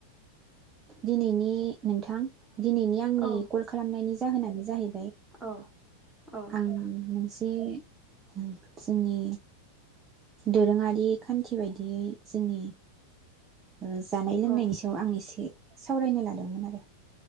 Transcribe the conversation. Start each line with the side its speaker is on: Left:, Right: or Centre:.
Right: दिनैनि नोंथां दिनैनि आंनि
Centre: औ
Right: कल खालामनायनि जाहोनानो जाहै
Centre: औ। औ
Right: आं
Centre: नोंथां
Right: मोनसे जोंनि दोरोङारि खान्थि बायदियै जोंनि ओ जानाय लोंनायनि
Centre: औ
Right: सायाव आं एसे सावरायनो लादोंमोन आरो।